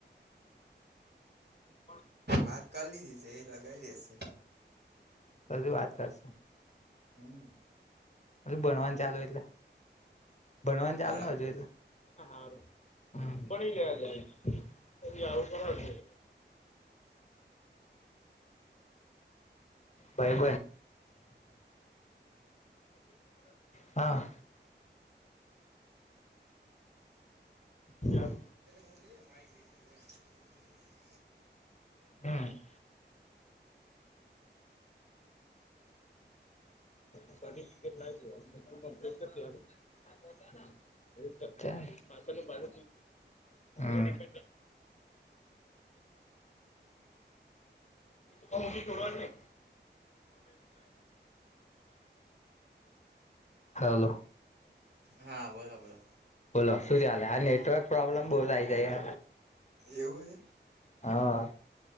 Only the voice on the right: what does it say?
વાત કરી લીધી છે એ લગાવ દેશે
હમ
બરાબર
<inaudible>
હા બોલો બોલો
એવું છે